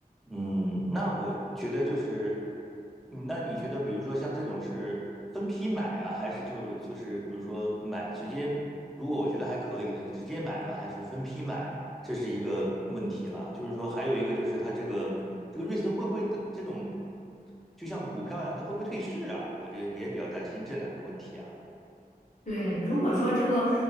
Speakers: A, in the centre; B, on the left (about 50°).
A: 嗯，那我觉得就是，嗯那你觉得，比如说像这种是分批买啊，还是就就是比如说买直接，如果我觉得还可以，那就直接买了，还是分批买，这是一个问题了。就是说，还有一个就是它这个这个瑞思会不会的这种，就像股票一样，它会不会退市啊？我觉得也比较担心这两个问题啊。
B: 对，如果说这个